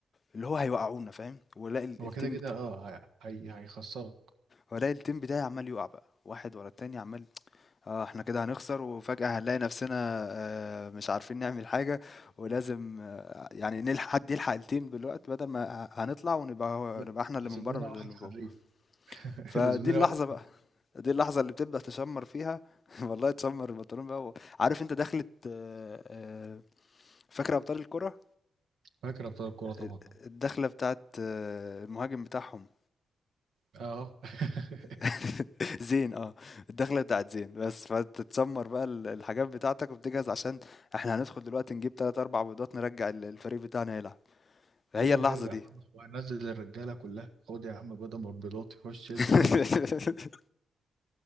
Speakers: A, on the left (about 45°); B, on the right (about 80°).
A: اللي هو هيوقعونا فاهم ولاقي ال-
B: هو
A: التيم
B: كده كده
A: بتاع
B: اه هي... هي... هيخسرك
A: ولاقي التيم بتاعي عمال يقع بقى واحد ورا التاني عمال اه احنا كده هنخسر وفجأة هنلاقي نفسنا آه مش عارفين نعمل حاجة ولازم آه يعني نلحق حد يلحق التيم بالوقت بدل ما ه- هنطلع ونبقى هو-
B: لا
A: نبقى احنا اللي
B: لازم
A: من بره
B: لنا
A: مش
B: واحد
A: اللي من
B: حريف
A: جوه
B: <laughs>
A: فدي
B: لازم لنا
A: اللحظة
B: واحد
A: بقى، دي اللحظة اللي بتبدأ تشمّر فيها <laughs> والله تشمّر البنطلون بقى و عارف أنت دخلة آآ آآ فاكر أبطال الكرة؟
B: فاكر ابطال الكوره
A: آآ
B: طبعا
A: الدخلة بتاعة المهاجم بتاعهم
B: اه <laughs>
A: <laughs> زين آه، الدخلة بتاعة زين بس، فأنت تشمّر بقى ال الحاجات بتاعتك وبتجهز عشان إحنا هندخل دلوقتي نجيب 3، 4 بيضات نرجّع ال الفريق بتاعنا يلعب،
B: كله
A: هي اللحظة
B: هيرجع
A: دي.
B: خلاص وهنزل الرجاله كلها خد يا عم بدل مربيضات يخش ينزل
A: <laughs>
B: ينزل